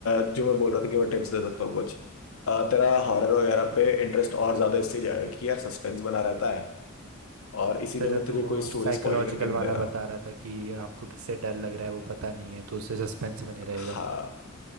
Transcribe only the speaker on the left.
अ, जो मैं बोल रहा था कि मैं टिप्स दे सकता हूँ कुछ अ, तेरा हॉरर वगैरह पे इंटरेस्ट और ज्यादा इससे जाएगा कि यार सस्पेंस बना रहता है और इसीलिए
मैं
तुझे
कोई स्टोरी
स्पॉइल करके नहीं
दे रहा
हाँ